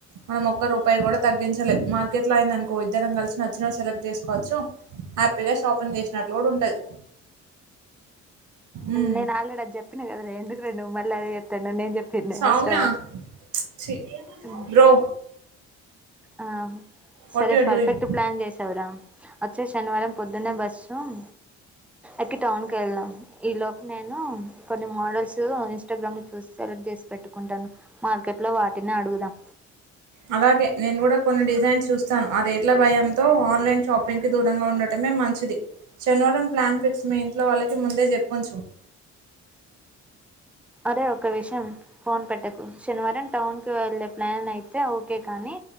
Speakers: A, on the right (about 75°); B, in the centre.
A: మనం ఒక్క రూపాయి కూడా తగ్గించలేము మార్కెట్ లో అయిందనుకో మనం ఇద్దరం కలిసి నచ్చిన సెలెక్ట్ చేసుకోవచ్చు చ్చు హ్యాపీగా షాపింగ్ చేసినట్లు కూడా ఉంటది ఉమ్
B: నేను ఆల్రెడీ అది చెప్పినా కదా ఎందుకువే మళ్ళీ నువ్వు అదే చెప్తాన్నావ్ నేను చెప్తె ఇన్నదా
A: సౌమ్య
B: అవసరమా
A: చి
B: హ్
A: బ్రో
B: ఆ
A: వాట్
B: సరే
A: యూర్
B: పర్ఫెక్ట్
A: డూయింగ్
B: ప్లాన్ చేసావరా వచ్చే శనివారం పొద్దున్న బస్సు ఆ అప్పటికి టౌన్కి వెళ్ళదాం ఈ లోపు నేను కొన్ని మోడల్స్ ఇన్స్టాగ్రామ్ ను చూసి సెలెక్ట్ చేస్ పెట్టుకుంటాను మార్కెట్ లో వాటినే అడుగుదాం
A: అలాగే నేను కూడా కొన్ని డిజైన్ చూస్తాను. ఆ రేట్ల భయంతో ఆన్లైన్ షాపింగ్ కి దూరంగా ఉండటమే మంచిది షా నీవారం ప్లాన్ ఫిక్స్ మీ ఇంట్లో వాళ్ళకి ముందే చెప్పుంచు
B: అంటే ఒక విషయం ఫోన్ పెట్టకు శనివారం టౌన్ కి వెళ్ళే ప్లాన్ అయితే ఓకే కానీ